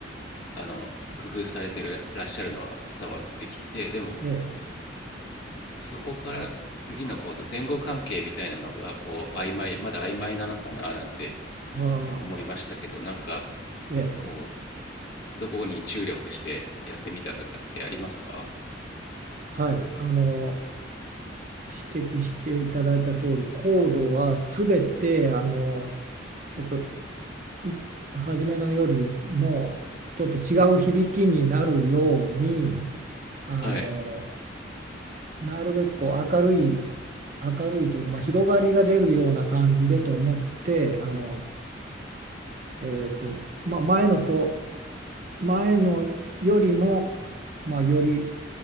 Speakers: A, on the left; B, on the right.
A: あの工夫されてるらっしゃるのは伝わってきてでも
B: ええ。
A: そこから次のコード前後関係みたいなのがこう曖昧まだ曖昧なのかななんて
B: はあ。
A: 思いましたけどなんか
B: ええ。
A: こうどこに注力してやってみたとかってありますか
B: はい。あの、指摘していただいた通り、コードはすべて、あの、ちょっと、い、初めのよりも、ちょっと違う響きになるように、あの、
A: はい
B: なるべくこう明るい、明るいというか、まあ、広がりが出るような感じでと思って、あの、えっと、まあ、前のと、前のよりも、まあ、より